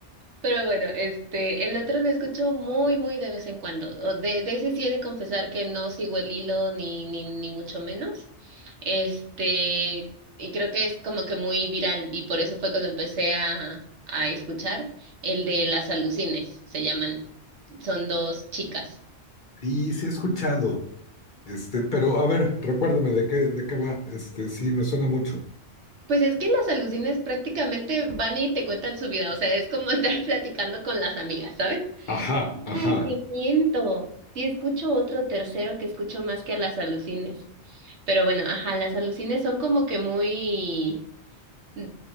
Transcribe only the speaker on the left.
Y sí he escuchado. Este, pero a ver, recuérdame de qué, de qué va. Este, sí, me suena mucho.
Ajá, ajá.